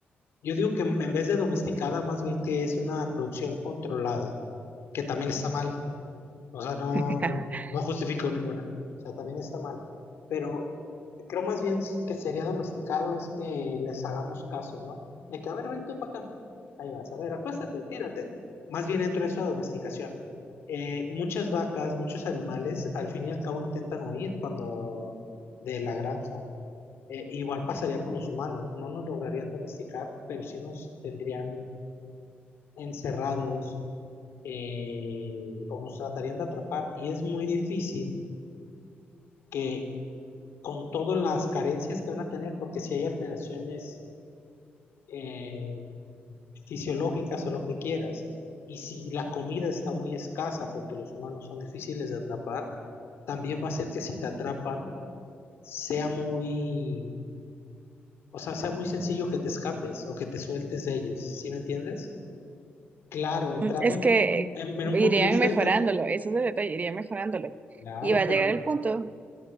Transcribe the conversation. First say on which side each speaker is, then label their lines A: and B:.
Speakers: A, on the left (about 80°); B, on the right (about 40°).
A: Yo digo que en vez de domesticada, más bien que es una producción controlada, que también está mal. O sea, no,
B: <laughs>
A: no justifico ninguna. O sea, también está mal. Pero creo más bien que sería domesticado es que les hagamos caso, ¿no? De que, a ver, ven tú para acá. Ahí vas, a ver, acuéstate, tírate. Más bien dentro de esa domesticación. Eh, muchas vacas, muchos animales, al fin y al cabo intentan huir cuando de la granja. Eh, igual pasaría con los humanos. No nos lograrían domesticar, pero sí nos tendrían encerrados eh, o nos tratarían de atrapar. Y es muy difícil que con todas las carencias que van a tener, porque si hay alteraciones eh, fisiológicas o lo que quieras, y si la comida está muy escasa, porque los humanos son difíciles de atrapar, también va a ser que si te atrapan, sea muy, o sea, sea muy sencillo que te escapes o que te sueltes de ellos, ¿sí me entiendes? Claro, entrando
B: Mm, Es
A: en,
B: que
A: un- en, en
B: irían
A: un punto de vista
B: mejorándolo,
A: de que,
B: eso es el detalle, irían mejorándolo.
A: claro,
B: Y va a
A: pero
B: llegar el punto